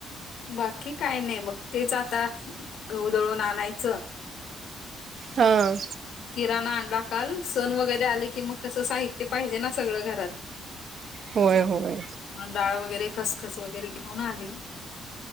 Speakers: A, on the left (about 70°); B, on the right (about 55°).
A: बाकी काय नाही बघ, तेच आता गहू दळून आणायचं.
B: हां.
A: किराणा आणला काल सण वगैरे- आले की मग, कसं साहित्य पाहिजे ना सगळं घरात.
B: होय होय
A: मग डाळ वगैरे, खसखस वगैरे घेऊन आली.